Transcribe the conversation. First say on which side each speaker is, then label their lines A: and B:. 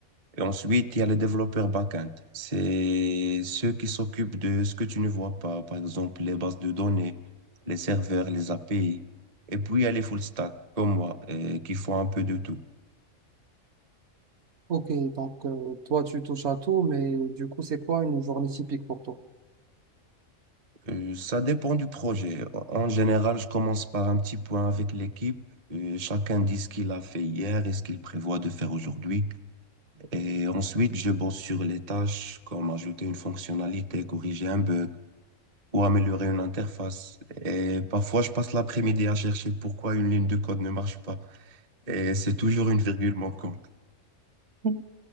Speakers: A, on the right; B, on the right.
A: Et ensuite, il y a les développeurs back-end. C'est ceux qui s'occupent de ce que tu ne vois pas, par exemple les bases de données, les serveurs, les API. Et puis, il y a les full stack, comme moi, euh, qui font un peu de tout.
B: Ok, donc euh, toi, tu touches à tout, mais du coup, c'est quoi une journée typique pour toi?
A: Euh, ça dépend du projet. En général, je commence par un petit point avec l'équipe. Euh, chacun dit ce qu'il a fait hier et ce qu'il prévoit de faire aujourd'hui. Et ensuite, je bosse sur les tâches, comme ajouter une fonctionnalité, corriger un bug ou améliorer une interface. Et parfois, je passe l'après-midi à chercher pourquoi une ligne de code ne marche pas. Et c'est toujours une virgule manquante,
B: <laughs>